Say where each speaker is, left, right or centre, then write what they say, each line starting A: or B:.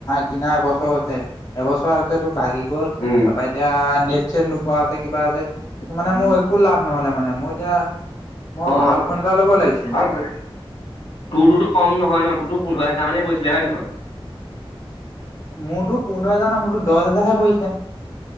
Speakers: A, on the left; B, on the left.
A: কিনা এবছৰ হৈছে এবছৰ পিছতটো ভাগি গ'ল
B: উম
A: তাৰপৰা এতিয়া নেট চেট নোপোৱা আছে কিবা আছে সেইটো মানে মোৰ একো লাভ নহলে মানে মই এতিয়া মই
B: অ
A: ভাল ফোন এটা ল'ব লাগিছিলে
B: আৰু তুমি কম নহয় ন তোৰতো পোন্ধৰ হেজাৰ মানে পৰিছিলে হয়ে নহয়
A: মোৰতো পোন্ধৰ হাজাৰ ন মোৰতো দহ হাজাৰহে পৰিছে